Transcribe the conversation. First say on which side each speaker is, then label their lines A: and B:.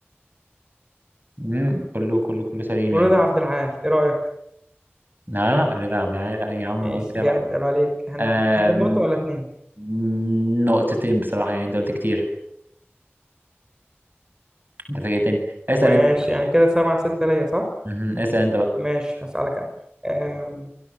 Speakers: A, on the right (about 50°); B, on the right (about 15°).
A: مم، كله كله كله سليم
B: ورضا
A: يعني
B: عبد العال ايه رايك
A: ها رضا عبد العال آه، يا عم
B: ماشي
A: قول كده
B: جامد
A: بقى
B: عيب عليك انا
A: آم،
B: هاخد نقطه ولا اتنين
A: مم، نقطتين بصراحة يعني انت قلت كتير انت فاجئتني اسأل
B: ماشي
A: انت بقى
B: يعني كده سبعة ستة ليا صح
A: مهم. اسأل انت بقى
B: ماشي هسألك انا أم،